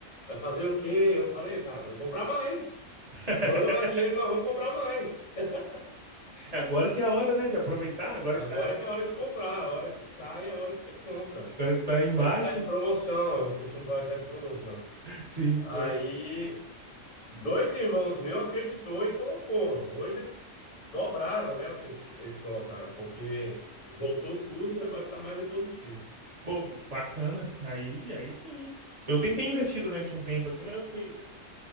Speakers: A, on the left; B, on the right.
A: Vai fazer o quê? Eu falei, cara, vamos comprar mais.
B: <laughs>
A: Manda mais dinheiro, que nós vamos comprar mais. <laughs>
B: Agora que é a hora, né, de aproveitar, agora
A: Agora
B: que tá,
A: que é a hora de comprar, a hora que cai é a hora que você compra.
B: agora que tá embaixo.
A: Tá, tá de promoção, eu costumo falar que tá de promoção.
B: Sim.
A: Aí,
B: então,
A: dois irmãos meus acreditou e colocou. Hoje eles dobraram, né, o que eles eles colocaram, porque voltou tudo e agora tá mais no positivo.
B: Pô, bacana. Aí, aí sim. Eu tentei investir durante um tempo assim, mas eu fui